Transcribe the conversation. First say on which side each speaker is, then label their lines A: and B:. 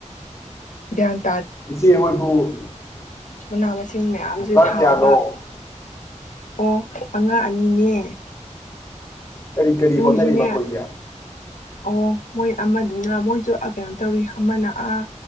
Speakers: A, on the left (about 80°); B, on the left (about 20°).
A: ꯒꯌ꯭ꯥꯟ
B: ꯏꯆꯦꯍꯣꯏꯕꯨ <unintelligible> <inaudible>
A: ꯃꯅꯥ ꯃꯁꯤꯡ ꯃꯌꯥꯝꯁꯦ ꯊꯥꯕ
B: ꯀꯌꯥꯅꯣ
A: ꯑꯣ ꯑꯉꯥꯡ ꯑꯅꯤꯅꯦ
B: ꯀꯔꯤ ꯀꯔꯤ
A: ꯃꯣꯏꯁꯨꯅꯦ
B: ꯍꯣꯠꯅꯔꯤ ꯃꯈꯣꯏꯗꯤ
A: ꯑꯣ ꯃꯣꯏ ꯑꯃꯗꯨꯅ ꯃꯣꯏꯗ ꯀꯩꯅꯣ ꯇꯧꯔꯤ ꯑꯃꯅ ꯑꯥ